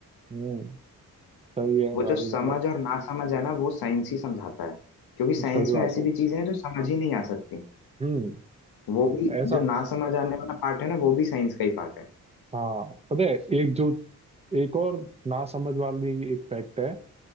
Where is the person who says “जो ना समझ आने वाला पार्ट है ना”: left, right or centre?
Left